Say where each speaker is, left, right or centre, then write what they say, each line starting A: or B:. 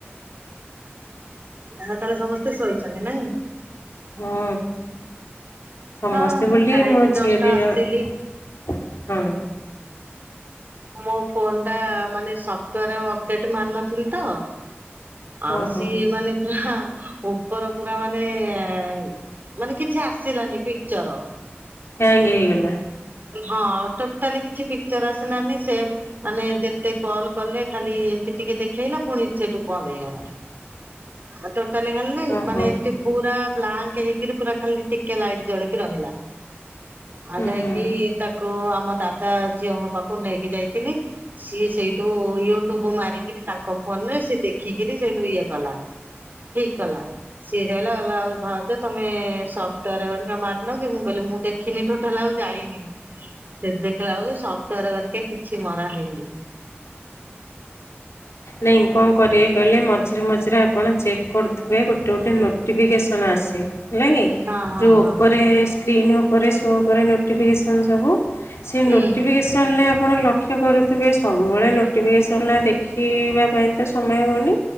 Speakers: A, on the right (about 45°); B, on the left (about 90°).
A: ଆଉ ତାହେଲେ, ସମସ୍ତେ ଶୋଇଛନ୍ତି ନାଇଁ?
B: ହଁ ସମସ୍ତେ
A: ହଁ ମୁଁ
B: ବୋଲି
A: ଖାଇକି
B: ମୋ
A: ଜଷ୍ଟ
B: ଝିଅ ଦି
A: ଆସିଲି
B: ଜଣ, ହଁ ।
A: ମୋ ଫୋନ୍ ଟା ମାନେ ସଫ୍ଟୱେର୍ ଅପଡେଟ୍ ମାର ନଥିଲି ତ! ଆଉ,
B: ଓହୋ
A: ସିଏ ମାନେ ପୁରାହା! ଉପର ପୁରା ମାନେ ମାନେ-ଏଁ, ମାନେ କିଛି ଆସିଲାନି ପିକ୍ଚର ।
B: ହ୍ୟାଙ୍ଗ୍ ହେଇଗଲା ।
A: ହଁ, ଟୋଟାଲ୍ କିଛି ପିକ୍ଚର ଆସ୍ ନାନି, ସେ ମାନେ ଯେତେ କଲ୍ କଲେ, ଖାଲି ଏମିତି ଟିକେ ଦେଖେଇଲା। ପୁଣି ସେଠୁ ବନ୍ଦ ହେଇଗଲା
B: <inaudible>
A: । ଖାଲି ତ ତା ହେଲେ ଖାଲି
B: ଓହୋ
A: ମାନେ ଏମିତି ପୁରା ବ୍ଲାଙ୍କ ହେଇକରି ପୁରା ଖାଲି ଟିକେ ଲାଇଟ ଜଳିକି ରହିଲା। ଆଉ
B: ହୁଁ
A: ଯାଇକି
B: ହୁଁ
A: ତାକୁ ଆମ ଦାଦା ଝିଅଙ୍କ ପାଖ ପାଖକୁ ନେଇକି ଯାଇଥିଲି ସିଏ ସେଇଠୁ ୟୁଟ୍ୟୁବ ମାରିକରି ତାଙ୍କ ଫୋନ ରେ ସିଏ ଦେଖିକିରି ସେ ସେଠୁ ଇଏ କଲା।
B: ହ
A: ଠିକ କଲା ସିଏ କହିଲା କହିଲା ଆଉ ଭାଉଜ ତମେ ସପ୍ଟୱେୟାର ଘରିକା ମାରିନ କି ମୁଁ କହିଲେ ମୁଁ ଦେଖିନି ଟୋଟାଲ ହେଲା ଆଉ ଯାଇନି ସେଠି ଦେଖିଲା ବେଳକୁ ସ ଭିତର ଘରିକା କିଛି ମରା ହେଇନି।
B: ନାଇଁ କଣ କରିବେ କହିଲେ ମ ମଝିରେ ମଝିରେ ଆପଣ ଚେକ୍ କରୁଥିବେ ଗୋଟେ ଗୋଟେ ନୋଟିଫିକେସନ୍ ଆସେ। ହେଲା କି
A: ହଁ ହଁ
B: ଯେଉଁ
A: ହଁ।
B: ଉପରେ ସ୍କ୍ରିନ୍ ଉପରେ ଶୋ କରେ ନୋଟିଫିକେସନ୍ ସବୁ। ସେ
A: ହୁଁ
B: ନୋଟିଫିକେସନ୍ ରେ ଆପଣ ଲକ୍ଷ କରୁଥିବେ ସବୁବେଳେ ନୋଟି ନୋଫିକେସନ୍ ଦେଖିବା ପାଇଁ ତ ସମୟ ହଉନି